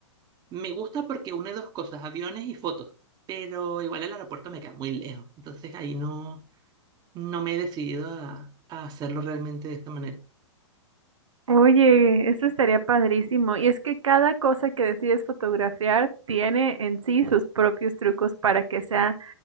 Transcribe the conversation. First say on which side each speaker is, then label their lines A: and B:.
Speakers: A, on the right; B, on the right.
A: me gusta porque une dos cosas, aviones y fotos, pero igual el aeropuerto me queda muy lejos, entonces ahí no, no me he decidido a, a hacerlo realmente de esta manera.
B: Oye, eso estaría padrísimo. Y es que cada cosa que decides fotografiar tiene en sí sus propios trucos para que sea